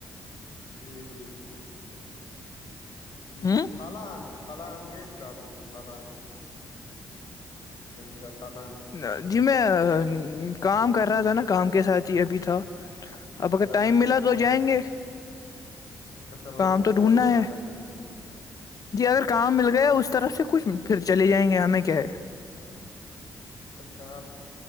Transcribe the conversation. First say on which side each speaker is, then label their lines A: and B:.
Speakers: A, on the left; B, on the left.
A: یہ <unintelligible> ج
B: ہ
A: تھالینڈ تھالینڈ گئے پھر آپ کبھی تھالینڈ کا تھالانڈ
B: ہ جی میں کام کر رہا تھا نا کام کے ساتھ ابھی تھا <unintelligible> اب اگر
A: اچھا
B: ٹائم ملا تو جائیں گے
A: اچھا مطلب
B: کام
A: سوچا
B: تو ڈھونڈنا
A: آپ نے وہاں
B: ہے
A: جانے کے لیے
B: جی اگر کام مل گیا اس طرح سے کچھ پھر چے جائیں گے ہم میں کیا
A: اچھا